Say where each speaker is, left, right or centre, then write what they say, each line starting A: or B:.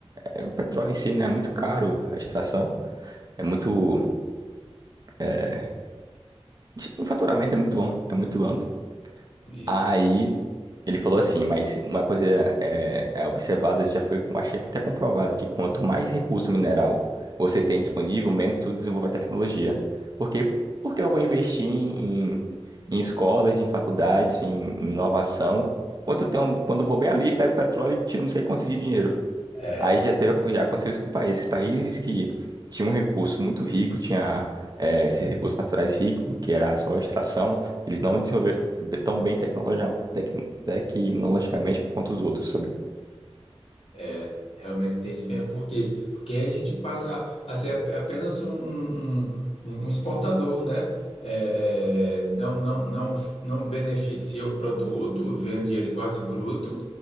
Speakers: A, on the right; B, on the left.
A: é, O petróleo em si, né, é muito caro a extração, é muito. é, o faturamento é muito, am- é muito amplo.
B: isso,
A: Aí.
B: isso.
A: Ele falou assim, mas uma coisa é, é observada, já foi, achei que até comprovado, que quanto mais recurso mineral você tem disponível, menos tu desenvolve a tecnologia. Porque, porque eu vou investir em, em em escolas, em faculdades, em, em inovação, quando eu tenho, quando eu vou bem ali, pego petróleo e tiro não sei quanto de dinheiro.
B: É,
A: Aí já teve, já aconteceu isso com países. Países que tinham um recurso muito rico, tinha eh, esses recursos naturais ricos, que era só extração, eles não desenvolveram be- tão bem tecnologia, tec- tecnologicamente quanto os outros, sabe?
B: é, realmente tem isso mesmo. Por quê? Porque aí a gente passa a ser ap- apenas um, um, um- um um exportador, né? É, é, não, não, não, não beneficia o produto, vende ele quase bruto